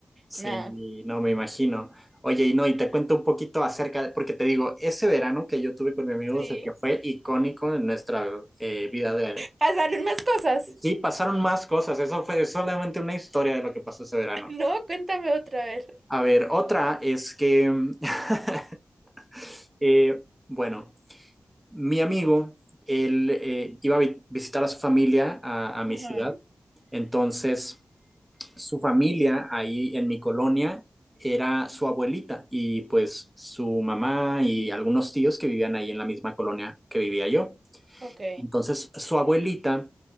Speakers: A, in the centre; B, on the right.
A: sí,
B: nada.
A: no me imagino. Oye, y no, y te cuento un poquito acerca, de- porque te digo, ese verano que yo tuve con mi amigo,
B: Sí.
A: es el que fue icónico en nuestra eh, vida de...
B: Pasaron más cosas.
A: Sí, pasaron más cosas, eso fue solamente una historia de lo que pasó ese verano.
B: <laughs> No, cuéntame otra vez.
A: A ver, otra es que, <laughs> eh, bueno, mi amigo, él eh, iba a vi- visitar a su familia a, a mi
B: Ajá,
A: ciudad, entonces su familia ahí en mi colonia era su abuelita y pues su mamá y algunos tíos que vivían ahí en la misma colonia que vivía yo.
B: ok,
A: Entonces su abuelita